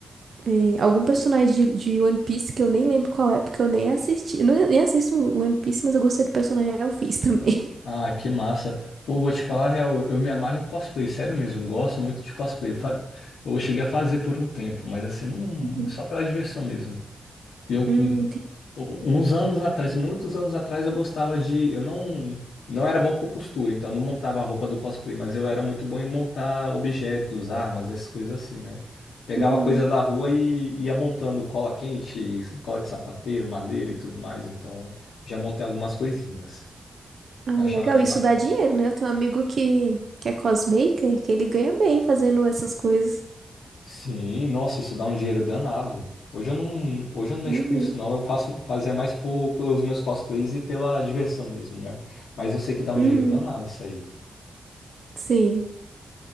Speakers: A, on the right; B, on the left.
A: É, algum personagem de, de One Piece que eu nem lembro qual é, porque eu nem assisti. Eu não- nem assisto One Piece, mas eu gostei do personagem, aí eu fiz <laughs> também.
B: Ah, que massa. Pô, vou te falar a real, eu me amarro em cosplay, sério mesmo, gosto muito de cosplay. Eu Fa- Eu cheguei a fazer por um tempo, mas assim, não,
A: Uhum.
B: só pela diversão mesmo. E eu,
A: Hum,
B: um-
A: entendi.
B: uns anos atrás, muitos anos atrás, eu gostava de. Eu não, não era bom com costura, então eu não montava a roupa do cosplay, mas eu era muito bom em montar objetos, armas, essas coisas assim, né? Pegava
A: Uhum.
B: coisa da rua e ia montando cola quente, cola de sapateiro, madeira e tudo mais. Então já montei algumas coisinhas.
A: Ah, legal,
B: Eu achava bem
A: isso
B: bacana.
A: dá dinheiro, né? Eu tenho um amigo que, que é cosmaker, que ele ganha bem fazendo essas coisas.
B: Sim, nossa, isso dá um dinheiro danado. Hoje eu não, hoje eu não mexo
A: Uhum.
B: com isso não, eu faço fazia mais por- pelos meus cosplays e pela diversão mesmo, né? Mas eu sei que dá um
A: Uhum.
B: dinheiro danado isso aí.
A: Sim.